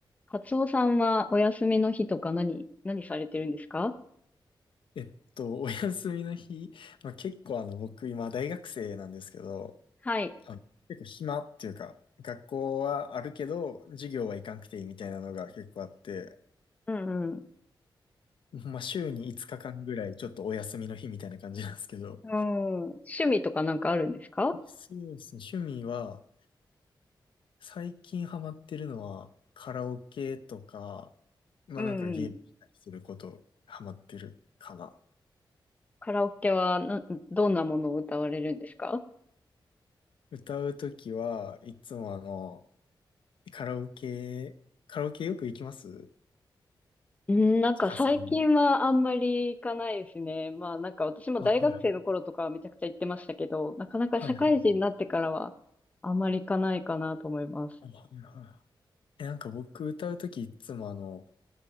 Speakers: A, on the left (about 15°); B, on the left (about 80°).
A: カツオさんはお休みの日とか何、何されてるんですか
B: えっと、お休みの日、まあ、結構あの、僕今大学生なんですけど、
A: はい。
B: あの、結構暇っていうか、学校はあるけど、授業は行かんくていいみたいなのが結構あって、
A: うんうん。
B: まあ、週に5日間ぐらいちょっとお休みの日みたいな感じなんですけど、
A: うん。趣味とかなんかあるんですか
B: そうですね、趣味は、最近ハマってるのは、カラオケとか、まあなんかゲームしたりすること、
A: うんうん。
B: ハマってるかな。
A: カラオケはな、どんなものを歌われるんですか
B: 歌うときはいつもあの、カラオケ、カラオケよく行きます
A: うん、なんか最近はあんまり行かないですね。
B: ちかさんも。
A: まあなんか私も大学生の頃とかはめちゃくちゃ行ってましたけど、
B: あ、はいはい。
A: なかなか社会人になってからはあんまり行かないかなと思います。
B: はいはい。あはいはい。え、なんか僕歌うときいつもあの、